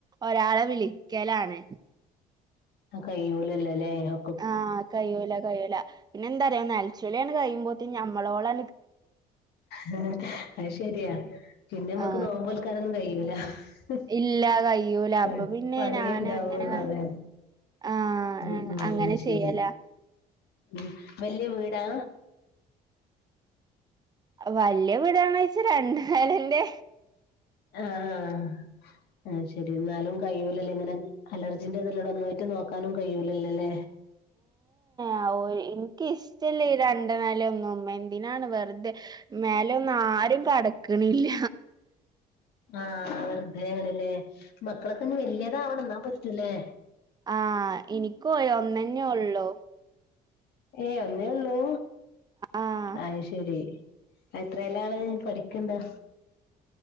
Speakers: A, on the right; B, on the left.
A: ഒരാളെവിളിക്കലാണ്
B: ആ കയ്യുല്ലല്ലേ ഒ
A: ആഹ് കഴിയുല കഴിയുല പിന്നെന്താറിയൊ നൽച്ചുളിയണ് കഴിയുമ്പോത്തിന് നമ്മളോളൊ
B: ഹഹഹ അത് ശരിയാ പിന്നെനമ്മക്ക്
A: ആഹ്
B: നോമ്പോൽ ക്കനൊന്നുംകഴൂല ഹഹ്
A: ഇല്ല കയ്യൂല
B: പ
A: അപ്പൊ പിന്നെ
B: പണിയെണ്ടാവുള്ളൂ
A: ഞാനങ്ങനെ
B: അതെ
A: ആഹ്
B: ഉം ഉം
A: അങ്ങനെ
B: ശരി
A: ചെയ്യലാ
B: ഉം വല്യവീടാ?
A: വല്യയവീടണന്നൊയ്വച്ച രണ്ട് നിലന്റെ
B: ആഹ അ ആ ശരി എന്നാലും കഴൂലലെങ്ങനെ അലർജിന്റെ ഇതല്ലോടെ ഒന്നായിട്ട് നോക്കാനും കഴിയൂല്ലല്ലല്ലേ?
A: ഏഎഒയ് ഇൻക്ക്ഇഷ്ടല്ല രണ്ട് എ മേലെന്നും എന്തിനാണ് വെറുതെ മേലെന്നുംആരുംകടക്കണില്ല
B: ആഹ വെറുതെണ്ല്ലേ മക്കളൊക്കെങ്ങ് വെല്യതാവണംന്നാപറ്റുംല്ലേ?
A: ആ ഇനിക്കും യ ഒന്നന്നെള്ളൂ
B: ഏയ് ഒന്നേയൊള്ളൂ?
A: ആഹ്
B: അയ്ശരി എത്രയലാണ് പഠിക്ക്ണ്ടൊ?